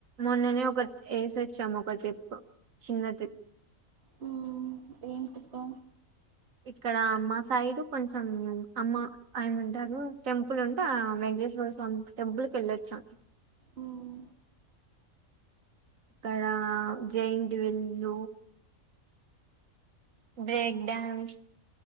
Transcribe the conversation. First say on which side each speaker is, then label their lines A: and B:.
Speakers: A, on the right; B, on the right.
A: మొన్ననే ఒక ఏసొచ్చాము ఒక ట్రిప్పు చిన్న ట్రిప్
B: మ్మ్ ఏం ట్రిప్పు
A: ఇక్కడ మా సైడు కొంచెం అమ్మ అయమంటారు టెంపుల్ ఉంటే ఆ వెంకటేశ్వర స్వామి టెంపుల్ కెళ్ళొచ్చా
B: మ్మ్
A: అక్కడ జయింట్విల్ బ్రేక్ డాన్స్